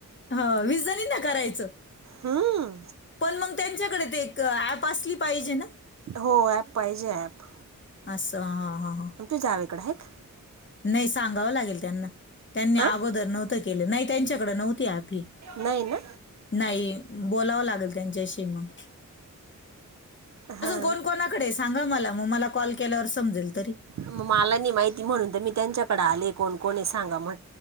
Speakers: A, on the left (about 35°); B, on the right (about 60°).
A: हो वीसजणीना करायचं.
B: हं,
A: पण मंग त्यांच्याकडे ते एक ऍप आसली पाहिजे ना?
B: हो ॲप पाहिजे ॲप
A: आसं हा हा हा,
B: तू जावेकडे हाय का?
A: नाही सांगावं लागेल त्यांना त्यांनी आगोदर
B: हां
A: नव्ह तं केलं नाही त्यांच्याकड नव्हती अँप ही.
B: नाही ना
A: नाही, बोलावं लागल त्यांच्याशी मंग.
B: हा,
A: फोन कोणाकडे हे सांगा मला म मला कॉल केल्यावर समजेल तरी.
B: मला नाही माहिती म्हणून तर मी त्यांच्याकड आले कोण कोण हे सांगा म्ह